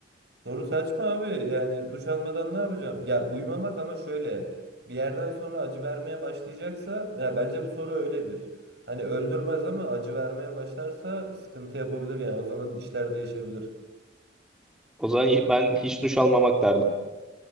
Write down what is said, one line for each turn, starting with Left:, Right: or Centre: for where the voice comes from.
Right: Soru saçma abi. Yani duş almadan ne yapacağım? Ya uyumamak ama şöyle. Bir yerden sonra acı vermeye başlayacaksa ya bence bu soru öyledir. Hani öldürmez ama acı vermeye başlarsa sıkıntı yapabilir yani. O zaman işler değişebilir.
Centre: O zaman hi- ben hiç duş almamak derdim.